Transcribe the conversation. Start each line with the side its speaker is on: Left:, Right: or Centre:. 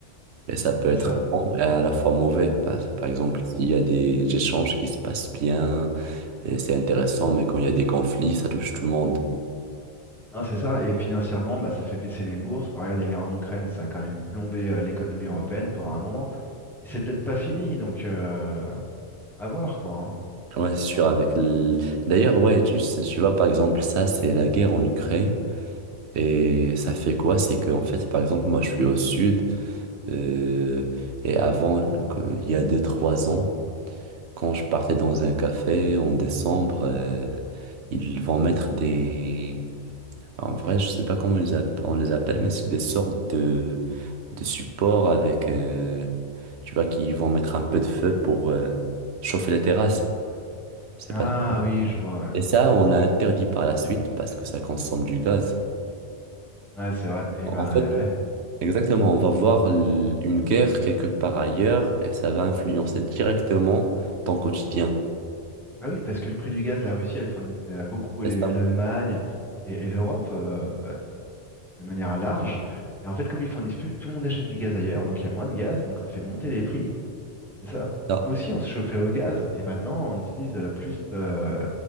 Right: Et ça peut
Centre: C'est
Right: être
Centre: ça.
Right: bon et à la fois mauvais. Par, par exemple, s'il y a des échanges qui se passent bien, et c'est intéressant, mais quand il y a des conflits, ça touche tout le monde.
Centre: Non, c'est ça. Et financièrement, bah, ça fait baisser les bourses. Bah, regarde la guerre en Ukraine, ça a quand même plombé euh, l'économie européenne pendant un moment. Et c'est peut-être pas fini, donc euh, à voir quoi. hein.
Right: Ouais, c'est
Centre: Donc
Right: sûr,
Centre: bon.
Right: avec l- D'ailleurs, ouais, tu sais, tu vois, par exemple, ça, c'est la guerre en Ukraine. Et ça fait quoi? C'est que, en fait, par exemple, moi, je suis au sud. euh, et avant, que- il y a deux trois ans, quand je partais dans un café en décembre, euh, ils vont mettre des... enfin, En vrai, je sais pas comment ils app- on les appelle, mais c'est des sortes de, de supports avec... euh, Tu vois, qui vont mettre un peu de feu pour euh, chauffer les terrasses. Je sais
Centre: Ah
Right: pas. si
Centre: oui, je vois, ouais.
Right: Et ça, on l'a interdit par la suite parce que ça consomme du gaz.
Centre: Ouais, c'est vrai. Et
Right: En
Centre: ben
Right: fait,
Centre: ouais, ouais.
Right: exactement, on va voir l- une guerre quelque part ailleurs et ça va influencer directement ton quotidien.
Centre: Bah oui, parce que le prix du gaz, la Russie, elle fournit euh, beaucoup les-
Right: C'est ça?
Centre: l'Allemagne et, et l'Europe euh, de manière large. Et en fait, comme ils fournissent plus, tout le monde achète du gaz ailleurs, donc il y a moins de gaz, donc ça fait monter les prix. C'est ça.
Right: Ça.
Centre: Nous aussi, on se chauffait au gaz et maintenant, on utilise euh, plus euh,